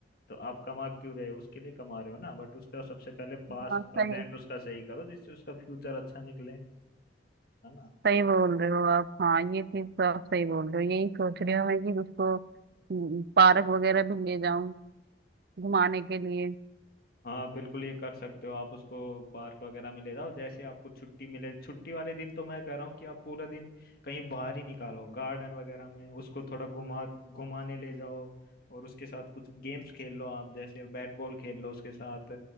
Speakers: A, on the left; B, on the right.
A: तो आप कमा क्यों रहे हो उसके लिए कमा रहे हो ना बट उसका सबसे पहले पास
B: हाँ
A: प्रेजेंट
B: सही
A: उसका सही करो जिससे उसका फ्यूचर अच्छा निकले है ना
B: सही बोल रहे हो आप हाँ ये चीज तो आप सही बोल रहे हो यही सोच रही हूँ मैं कि उसको हम्म, पार्क वगैरह भी ले जाऊं घुमाने के लिए
A: हाँ बिल्कुल ये कर सकते हो आप उसको पार्क वगैरह में ले जाओ जैसे आपको छुट्टी मिले छुट्टी वाले दिन तो मैं कह रहा हूँ कि आप पूरा दिन कहीं बाहर ही निकालो गार्डन वगैरह में उसको थोड़ा घुमा घुमाने ले जाओ और उसके साथ कुछ गेम्स खेल लो आप जैसे बैट बॉल खेल लो उसके साथ